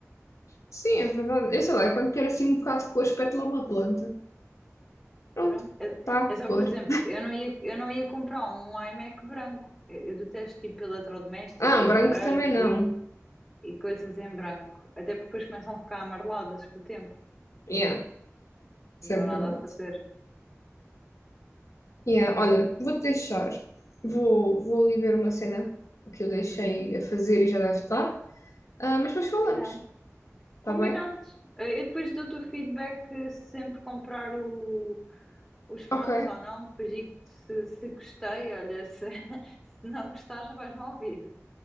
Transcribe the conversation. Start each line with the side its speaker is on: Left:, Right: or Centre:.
Left: Sim, é verdade. Eu sei lá, eu quando quero assim um bocado de cor, espeto lá uma planta. Pronto.
Centre: Pronto. É
Left: Tá,
Centre: é só
Left: cor.
Centre: por exemplo, eu não ia, eu não ia comprar um iMac branco. Eu eu detesto tipo eletrodomésticos,
Left: Ah,
Centre: aparelhos
Left: um branco também não.
Centre: e, e coisas em branco. Até porque depois começam a ficar amareladas com o tempo
Left: Yeah, isso
Centre: e não
Left: é
Centre: há
Left: verdade.
Centre: nada a fazer.
Left: Yeah, olha, vou-te deixar. Vou, vou ali ver uma cena que eu deixei
Centre: Uhum.
Left: a fazer e já deve estar. Ah, mas depois
Centre: Combinado.
Left: falamos,
Centre: Combinado.
Left: tá bem?
Centre: Eh, Eu depois dou-te o feedback eh, se sempre comprar o, os fones
Left: Ok,
Centre: ou não. Depois digo-te se, se gostei. Olha, se, <laughs> se não gostar, já vais-me ouvir.